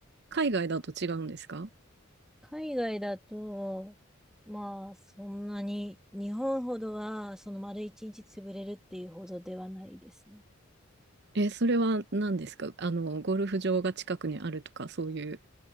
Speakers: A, on the right; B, in the centre.
A: 海外だと違うんですか
B: 海外だと、まあそんなに日本ほどはその丸一日潰れるっていうほどではないですね。
A: え、それは何ですかあの、ゴルフ場が近くにあるとか、そういう